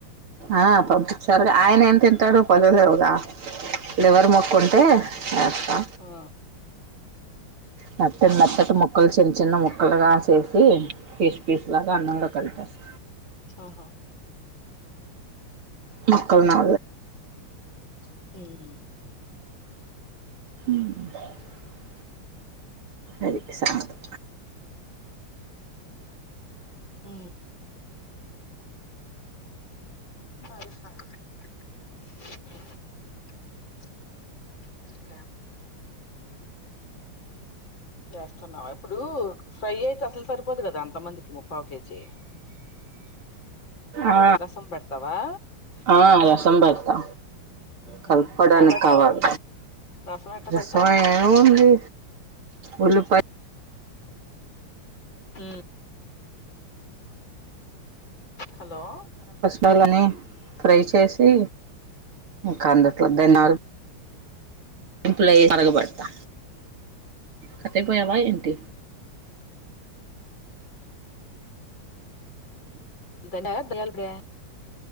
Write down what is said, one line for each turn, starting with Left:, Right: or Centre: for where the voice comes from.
Right: ఆ పంపించారు ఆయన ఏం తింటాడు పలదరవుగా లివర్
Left: ఆహా
Right: ముక్కుంటే ఏస్తా
Left: ఆ
Right: నత్త నత్తటి ముక్కలు చిన్న చిన్న ముక్కలుగా చేసి ఇస్త పీస్లాగా అన్నంగా కలితస్తా
Left: ఆహా
Right: మక్కల్ నా
Left: మ్
Right: మ్ అది సంగదు
Left: హ అ చేస్తున్నావు ఇప్పుడు ఫ్రై అయితే అసలు సరిపోదు కదా అంతమందికి ముప్పవు కేజీ
Right: ఆ
Left: రసం పెడతావా
Right: ఆ రసం పెడతా
Left: ఉహు,
Right: కలపడానికి
Left: ఎలా పెడతావు
Right: కావాల
Left: రసం ఎట్ట
Right: రసం
Left: పెడతావ్
Right: ఏముంది ఒళ్ళుపాయ
Left: హ హలోలో
Right: బైలనే ఫ్రై చేసి కందుట్దలు ఎంప్లయ కరగబడతా కథయిపోయావా ఏంటి
Left: ధనిలడే